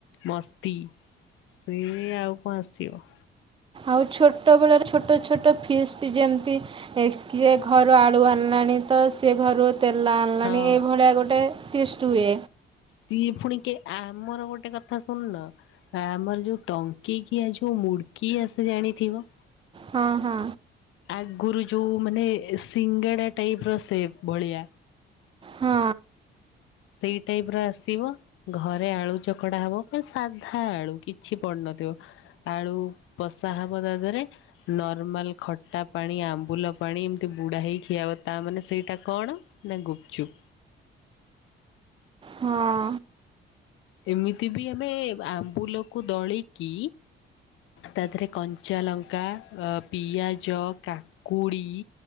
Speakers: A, on the left; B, on the right.
A: ମସ୍ତି ସିଏ ଆଉ କଣ ଆସିବ?
B: ଆଉ ଛୋଟବେଳର ଛୋଟ ଛୋଟ ଫିଷ୍ଟି ଯେମତି ଏସକେ ଘରୁ ଆଳୁ ଆଣିଲାଣି ତ ତ ସେ ଘରୁ ତେଲ ଆଣିଲାଣି,
A: ହଁ
B: ଏଇଭଳିଆ ଗୋଟେ ଫିଷ୍ଟ ହୁଏ।
A: ସିଏ ଫୁଣି କେ ଆମର ଗୋଟେ କଥା ଶୁଣୁନ, ଆମର ଯୋଉ ଟଙ୍କିକିଆ ଯୋଉ ମୁଢ଼ି କି ଆସେ ଜାଣିଥିବ?
B: ହଁ ହଁ।
A: ଆଗରୁ ଯୋଉ ମାନେ ସିଙ୍ଗେଡା ଟାଇପର ସେପ୍ ଭଳିଆ
B: ହଁ।
A: ସେଇ ଟାଇପର ଆସିବ, ଘରେ ଆଳୁ ଚକଡା ହବ କାରଣ ସାଧା ଆଳୁ କିଛି ପଡି ନ ଥିବ, ଆଳୁ ପଶା ହବ ତା ଦେହରେ, ନର୍ମାଲ ଖଟା ପାଣି ଆମ୍ବୁଲ ପାଣି ଏମତି ବୁଡା ହେଇ ଖିଆହବ, ତା ମାନେ ସେଇଟା କଣ ନା ଗୁପଚୁପ।
B: ହଁ।
A: ଏମିତି ବି ଆମେ ଆମ୍ବୁଲକୁ ଦଳିକି ତା ଦେହରେ କଞ୍ଚା ଆ ଲଙ୍କା ପିଆଜ କାକୁଡ଼ି